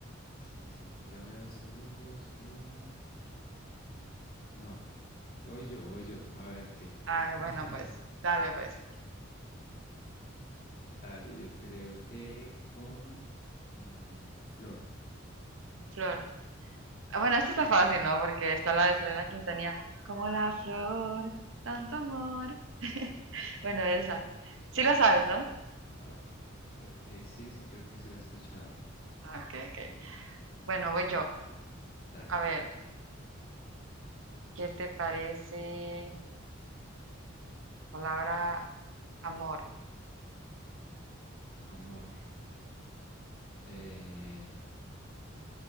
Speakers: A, on the left; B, on the right.
A: Sí, se me ocurre, dame dos segundos, uno. No, voy yo, voy yo, a ver qué.
B: Ay, bueno,
A: <laughs>
B: pues, dale, pues.
A: Dale, yo creo que con mm, Flor.
B: Flor. Ah, Bueno, esto está fácil, ¿no? Porque está la de Selena Quintanilla. Como la flor, tanto amor. <laughs> Bueno, esa. Sí la sabes, ¿no?
A: Ok, ok, sí, sí, creo que sí la he escuchado.
B: Ah, Ok, ok.
A: Uh,
B: Bueno, voy yo.
A: Dale,
B: A ver, ¿qué te parece la palabra amor?
A: amor. Eh,